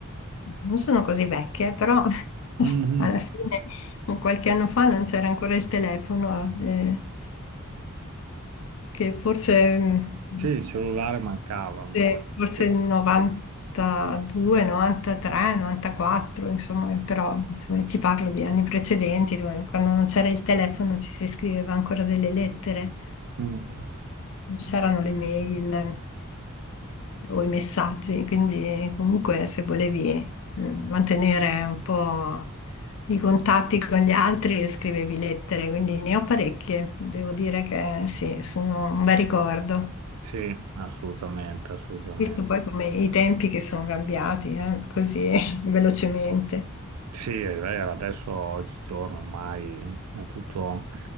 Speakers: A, on the left (about 60°); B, on the right (about 85°).
A: non sono così vecchia, però <laughs>
B: mhm.
A: alla fine un qualche anno fa non c'era ancora il telefono, eh, che forse... mm,
B: Sì, il cellulare mancava ancora.
A: forse, forse
B: Sì,
A: 92, 93, 94, insomma, però insomma, ti parlo di anni precedenti, dove- quando non c'era il telefono ci si scriveva ancora delle lettere,
B: Mm,
A: non c'erano le mail o i messaggi, quindi comunque se volevi eh, mantenere un po' i contatti con gli altri, scrivevi lettere, quindi ne ho parecchie, devo dire che sì, sono un bel ricordo.
B: sì, assolutamente, assolutamente.
A: Visto poi come i tempi che sono cambiati, eh, così <laughs> velocemente.
B: Sì, è vero, adesso oggigiorno ormai è tutto,